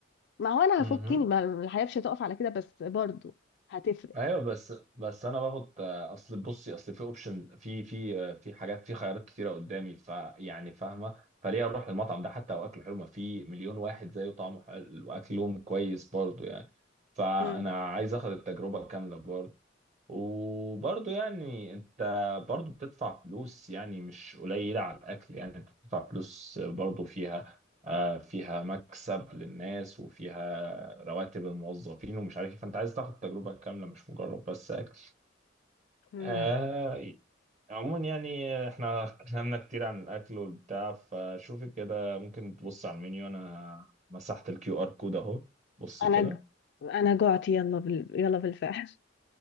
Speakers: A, on the left; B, on the right.
A: ما هو انا
B: مهم.
A: هفكني ما الحياه مش هتقف على كده بس برضو هتفرق
B: أيوه بس بس أنا باخد آه، أصل بصي أصل في أوبشن في في آه، في حاجات في خيارات كتيرة قدامي فيعني فاهمة فليه أروح المطعم ده حتى لو أكله حلو ما في مليون واحد زيه طعمه حلو وأكلهم كويس برضه يعني فأنا
A: مم.
B: عايز آخد التجربة كاملة برضه وبرضه يعني انت برضه بتدفع فلوس يعني مش قليلة على الأكل يعني انت بتدفع فلوس برضه فيها آه، فيها مكسب للناس وفيها رواتب الموظفين ومش عارف ايه فانت عايز تاخد تجربة كاملة مش مجرد بس أكل
A: نعم
B: آه، عموما يعني احنا اتكلمنا كتير عن الأكل والبتاع فشوفي كده ممكن تبص على المنيو أنا مسحت الكيو ار كود أهو بص
A: انا
B: كده
A: ج- انا جعت يلا بال... يلا بالفعل